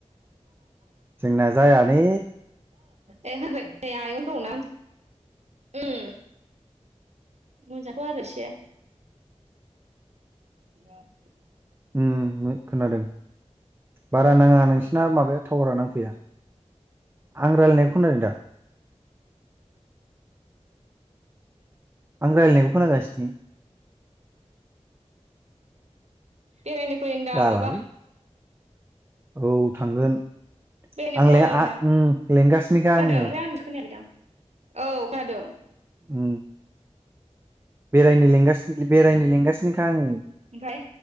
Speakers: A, on the right; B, on the right.
A: जोंना जायालै
B: ए होयाखै नै आयं दंना उम। मोजांथ' आरो <unintelligible> <unintelligible>
A: उम उम खोनादों बारा नाङा नोंसिना माबाया टावारा नांफैया आं रायलायनायखौ खोनादों दा? आं रायलायनायखौ खोनागासिनो
B: बेरायनो फै मोनदों
A: जालालै
B: मालाबा।
A: औ थांगोन।
B: बेरायनो
A: आं
B: फै
A: ले
B: होनदां
A: आ उम लेंगासिनोखा
B: खोनादों
A: आङो
B: ओमफाय आंनिखौ खोनायाखैदां। औ खोनादों।
A: उम बेरायनो लेंगासिनो बेरायनो लेंगासिनोखा आङो।
B: ओमफ्राय।